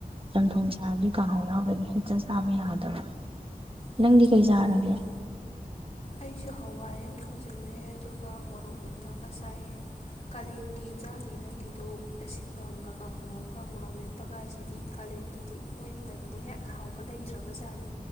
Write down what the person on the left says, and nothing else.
ꯃꯥꯅꯤꯅꯦ
ꯃꯥꯅꯤꯅꯦ ꯑꯩꯁꯨ ꯍꯋꯥꯏ ꯑꯃ ꯊꯨꯡꯖꯤꯜꯂꯦ ꯑꯗꯨꯒ ꯃꯣꯔꯣꯛ ꯃꯦꯠꯄꯒ ꯆꯥꯏꯑ ꯀꯥꯂꯦꯟꯒꯤ ꯏꯟꯖꯥꯡꯅꯤ ꯅꯪꯒꯤꯗꯣꯛ ꯑꯁꯤꯟꯐꯝꯒ ꯀꯥꯡꯥꯍꯣꯝꯒ ꯃꯣꯔꯣꯛ ꯃꯦꯠꯄꯒ ꯍꯥꯏꯁꯤꯗꯤ ꯀꯥꯂꯦꯟꯗꯗꯤ ꯃꯣꯏꯗ ꯑꯃꯨꯛ ꯍꯠ ꯍꯥꯎꯕ ꯂꯩꯇ꯭ꯔꯕꯖꯥꯠꯅꯤ